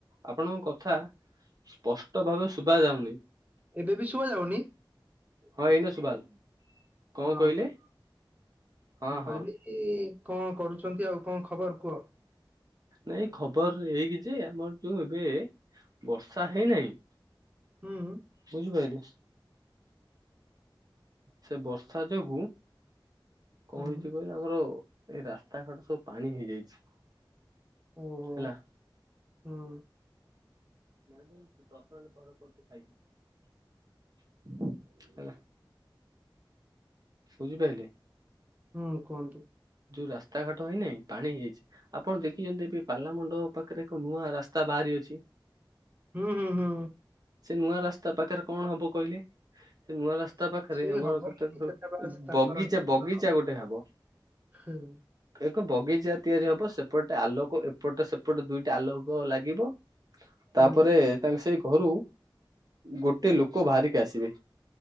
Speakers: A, on the right (about 50°); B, on the right (about 20°).
A: ଆପଣଙ୍କ କଥା ସ୍ପଷ୍ଟ ଭାବେ ଶୁଭା ଯାଉନି।
B: ଏବେ ବି ଶୁଭା ଯାଉନି
A: ହଁ ଏଇନା ସୁଭାଗଲା କଣ
B: ହଁ
A: କହିଲେ? ହଁ
B: ମୁଁ କହିଲି
A: ହଁ।
B: କି କଣ କରୁଛନ୍ତି ଆଉ କଣ ଖବର କୁହ?
A: ନାଇଁ ଖବର ଏଇକି ଯେ ଆମର ଯୋଉ ଏବେ ବର୍ଷା ହେଇନାହିଁ
B: ହୁଁ
A: ବୁଝିପାଇଲେ ସେ ବର୍ଷା ଯୋଗୁ କଣ
B: ହୁଁ
A: ହେଇଛି କହିଲେ ଆମର ଏଇ ରାସ୍ତାଘାଟ ସବୁ ପାଣି ହେଇଯାଇଛି।
B: ଓହୋ
A: ହେଲା।
B: ହୁଁ।
A: ନାଇଁ ତ ଦଶ ମିନିଟ ପରେ କରୁଚି ଖାଇକି। ହେଲା ବୁଝି ପାଇଲେ?
B: ହୁଁ କୁହନ୍ତୁ।
A: ଯୋଉ ରାସ୍ତା ଘାଟ ହେଇନାହିଁ ପାଣିହେଇଯାଇଛି ଆପଣ ଦେଖିଛନ୍ତି ଏବେ ପାଲାମଣ୍ଡପ ପାଖରେ ଏକ ନୂଆ ରାସ୍ତା ବାହାରି ଅଛି।
B: ହୁଁ ହୁଁ ହୁଁ।
A: ସେ ନୂଆ ରାସ୍ତା ପାଖରେ କଣ ହବ କହିଲେ? ସେ ନୂଆ ରାସ୍ତା ପାଖରେ
B: କିଛି
A: ଆମର
B: ହବନି
A: କେତେକ
B: ସେଟା ବାସ୍ ତାଙ୍କର
A: ବଗିଚା
B: ନିଜର
A: ବଗିଚା ଗୋଟେ ହେବ।
B: ହୁଁ।
A: ବଗିଚା ତିଆରି ହବ ସେପଟେ ଆଲୋକ ଏପଟ ସେପଟେ ଦୁଇଟା ଆଲୋକ ଲାଗିବ। ତାପରେ
B: ହୁଁ
A: ତାଙ୍କ ସେଇ ଘରୁ ଗୋଟେ ଲୋକ ବାହରିକି ଆସିବେ।